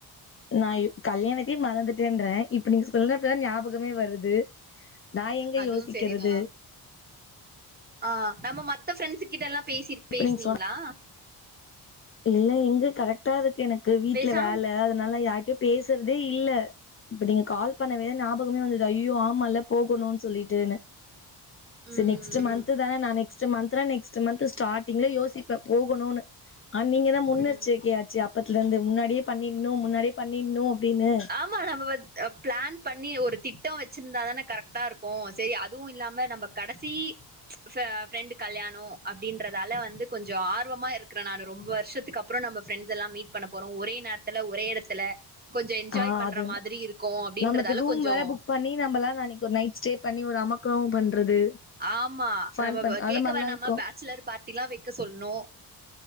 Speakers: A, on the left; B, on the right.
A: நாயு கல்யாணத்தையே மறந்துட்டேன்ற இப்ப நீங் சொல்னப்பதா ஞாபகமே வருது நா எங்க
B: அதுவு
A: யோசிக்கிறது
B: சரிதா ஆ நம்ம மத்த ரெண்ட்ஸு கிட்டல்லா பேசிர்
A: இப்ப
B: பேஸ்னீங்ளா
A: நீங்க சொன்ன இல்ல எங்க கரெக்டாதுக்கு எனக்கு வீட்ல
B: பேசாம்
A: வேல அதனால யார்ட்டையு பேசுறதே இல்ல இப்ப நீங்க கால் பண்ணவே ஞாபகமே வந்தது ஐயையோ ஆமால்ல போகணுன் சொல்லிட்டுனு
B: ம்
A: ச நெக்ஸ்ட் மன்த் தான நா நெக்ஸ்ட் மந்த்னா நெக்ஸ்ட் மந்த் ஸ்டார்டிங்லே யோசிப்ப போகணுனு அன் நீங்க தா முன்னர்ச்சிக்கையாச்சே
B: ம் ம்
A: அப்பத்துலந்து முன்னாடியே பண்ணிணு முன்னாடியே பண்ணிணு அப்டினு
B: ம்ம நம்ம பத் அ ப்ளான் பண்ணி ஒரு திட்டோ வச்சிருந்தா தான கரெக்ட்டா இருக்கு சரி அதுவு இல்லாம நம்ப கடைசி ச ஃப்ரெண்டு் கல்யானோ அப்டின்றதால வந்து கொஞ்சோ ஆர்வமா இருக் நானு ரொம்ப வர்ஷத்துக்கப்றோ நம்ப ஃப்ரெண்ட்ஸ் எல்லா மீட் பண்ண போறோ ஒரே நர்த்துல ஒரே எடத்துல கொஞ்ச என்ஜாய்
A: ஆ
B: பண்ற
A: அது
B: மாதிரி இருக்கொ அப்டின்றதால
A: நமக்கு ரூம்
B: கொஞ்சோ
A: வேற புக் பண்ணி நம்மல்லா நனைக்கு நைட் ஸ்டே பண்ணி ஒரு அமக்களோ பண்றது
B: ஆமா
A: ஃபன்
B: நம்மவ்
A: பண் அந்த
B: கேக்க
A: மாரிலா
B: வேணாமா
A: இருக்கு
B: பாச்சுலர் பாட்டி லா வெக்க சொல்னு